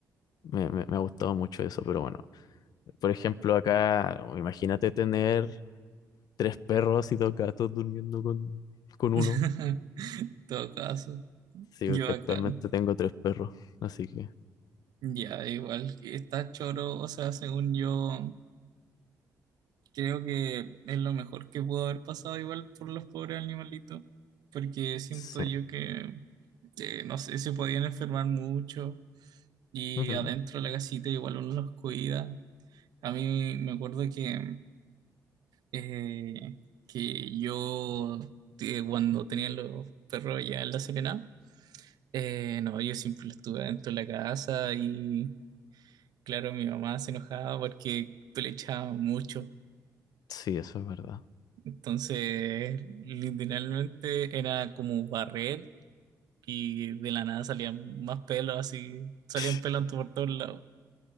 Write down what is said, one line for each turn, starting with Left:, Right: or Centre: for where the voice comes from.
Left: me, me, me ha gustado mucho eso, pero bueno, por ejemplo, acá, imagínate tener tres perros y dos gatos durmiendo con, con
Right: <laughs>
Left: uno.
Right: En todo caso,
Left: Sí,
Right: yo
Left: porque
Right: bacán.
Left: actualmente tengo tres perros, así que
Right: Ya, igual que está choro, o sea, según yo, creo que es lo mejor que pudo haber pasado igual por los pobres animalitos, porque siento
Left: sí.
Right: yo que, eh, no sé, se podían enfermar mucho y
Left: Ujú.
Right: adentro de la casita igual uno los cuida. A mí me acuerdo que, eh, que yo, eh, cuando tenía los perros ya en La Serena, Eh, no, yo siempre estuve dentro de la casa y claro, mi mamá se enojaba porque le echaba mucho.
Left: Sí, eso es verdad.
Right: Entonces, literalmente era como barrer y de la nada salían más pelos, así, salían
Left: <laughs>
Right: pelos por todos lados.